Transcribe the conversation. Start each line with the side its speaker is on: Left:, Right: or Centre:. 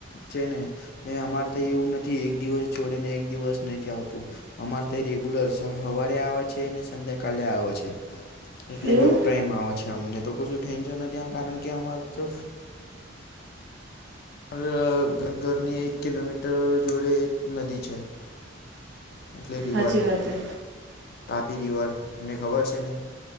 Left: છે ને. એ અમારે તો એવું નથી એક દિવસ છોડે ને એક દિવસ નથી આવતું. અમારે તે રેગ્યુલર સવારે આવે છે અને સંધ્યાકાલે આવે છે. એટલે
Right: એવું
Left: બેવુ ટાઈમ આવે છે અમને તો કશું ટેન્શન નથી કારણ કે અમા તો અમારા ઘરની એક કિલોમીટર જોડે એક નદી છે. એટલે રિવર
Right: સાચી વાત છે
Left: તાપી રિવર તમને ખબર છે ને?